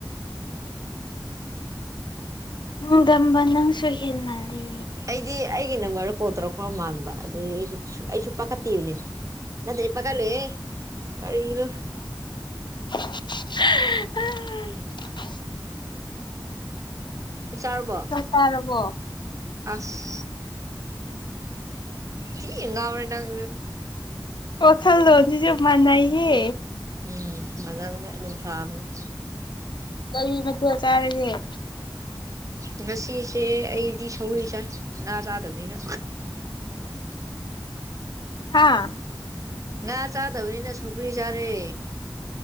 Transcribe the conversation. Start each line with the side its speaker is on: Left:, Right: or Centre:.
Left: ꯅꯨꯡꯗꯝꯝꯕ ꯅꯪꯁꯨ ꯍꯦꯟꯃꯜꯂꯤ
Right: ꯑꯩꯗꯤ ꯑꯩꯒꯤ ꯅꯝꯕꯔꯗ ꯀꯣꯜ ꯇꯧꯔꯛꯄ꯭ꯔ ꯃꯥꯟꯕ ꯑꯗꯨꯗꯤ ꯑꯩꯗꯤ ꯑꯩꯁꯨ ꯄꯀꯠꯇꯤꯌꯨꯅꯦ ꯅꯠꯇ꯭ꯔꯗꯤ ꯄꯈꯠꯂꯣꯏꯍꯦ ꯀꯔꯤꯅꯨ
Left: <unintelligible>
Right: ꯆꯥꯛ ꯆꯔꯕꯣ
Left: ꯆꯥꯛ ꯆꯥꯔꯕꯣ
Right: ꯑꯁ ꯊꯤꯟ ꯉꯥꯎꯔꯦ ꯅꯪ
Left: ꯋꯥꯈꯜꯂꯣꯟꯁꯤꯁꯨ ꯃꯥꯟꯅꯩꯍꯦ
Right: ꯎꯝ ꯃꯥꯅꯕꯅꯦ ꯑꯗꯨꯝ ꯐꯥꯕꯅꯦ
Left: ꯀꯔꯤ ꯃꯊꯦꯜ ꯆꯥꯔꯒꯦ ꯑꯍꯝ
Right: ꯉꯁꯤꯁꯦ ꯑꯩꯗꯤ ꯁꯧꯒꯔꯤ ꯆꯥꯏ ꯉꯥ ꯆꯥꯗꯕꯅꯤꯅ
Left: ꯍꯥꯥ
Right: ꯉꯥ ꯆꯥꯗꯕꯅꯤꯅ ꯁꯧꯒꯔꯤ ꯆꯥꯔꯦ